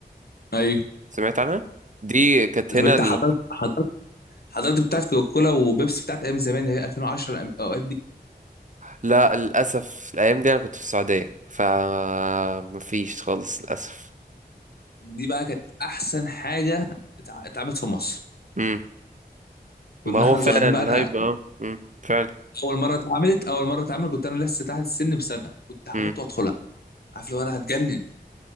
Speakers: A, on the left; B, on the right.
A: ايوه
B: سمعت عنها دي كانت هنا
A: طب انت
B: ال...
A: حضرت حضرت حضرت بتاعت كوكا كولا وبيبسي بتاعت ايام زمان اللي هي 2010 الأم- الاوقات دي
B: لا للأسف الأيام دي أنا كنت في السعودية فمفيش خالص للأسف
A: دي بقى كانت احسن حاجه اتع- اتعملت في مصر
B: مم.
A: كنا
B: ما هو
A: احنا
B: فعلا
A: صغيرين
B: الهايب
A: بقى انا
B: اه مم. فعلا
A: اول مره اتعملت اول مره اتعملت كنت انا لسه تحت السن بسنه كنت هموت
B: مم.
A: وادخلها عارف لو انا هتجنن